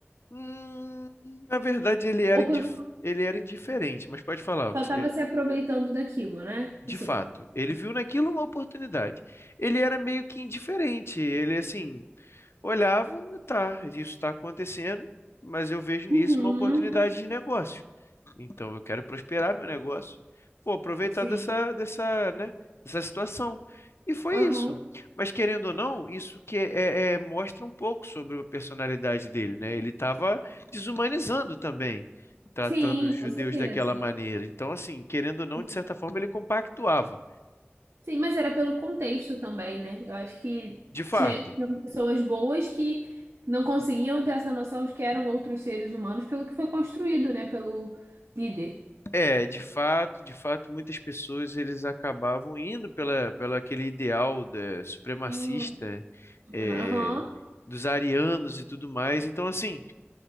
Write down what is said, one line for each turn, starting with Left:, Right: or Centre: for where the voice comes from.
Left: Hum, na verdade ele era
Right: Ou
Left: indif-
Right: pelo-
Left: ele era indiferente, mas pode falar
Right: só
Left: o que
Right: estava
Left: você
Right: se aproveitando daquilo, né?
Left: De
Right: Assim.
Left: fato, ele viu naquilo uma oportunidade. Ele era meio que indiferente, ele assim, olhava, tá, isso está acontecendo, mas eu vejo nisso
Right: Uhum,
Left: uma oportunidade de negócio. Então eu quero prosperar meu negócio, vou aproveitar
Right: sim,
Left: dessa, dessa, né, dessa situação. E foi
Right: aham,
Left: isso. Mas querendo ou não, isso que é, é- mostra um pouco sobre a personalidade dele, né? Ele estava desumanizando também tratando
Right: sim,
Left: os judeus
Right: com certeza.
Left: daquela maneira. Então, assim, querendo ou não,
Right: Sim.
Left: de certa forma, ele compactuava.
Right: Sim, mas era pelo contexto também, né? Eu acho que
Left: De fato,
Right: tinha, tinham pessoas boas que não conseguiam ter essa noção de que eram outros seres humanos pelo que foi construído, né? Pelo líder.
Left: é, de fato, de fato, muitas pessoas eles acabavam indo pela, pela aquele ideal da, supremacista,
Right: Sim. Superman,
Left: é,
Right: Aham.
Left: dos arianos e tudo mais. Então, assim,